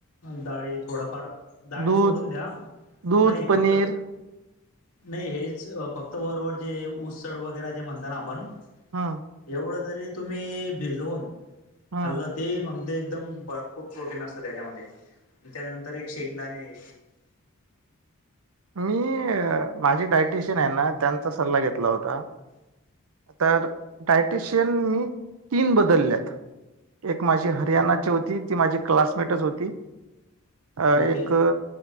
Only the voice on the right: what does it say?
दूध
दूध
पनीर
हा.
हम्म
मी अ माझे डायटिशियन आहे ना त्यांचा सल्ला घेतलं होता. तर डायटिशियन मी तीन बदलल्यात. एक माझी हरियाणाची होती ती माझी क्लासमेटच होती. अ
एक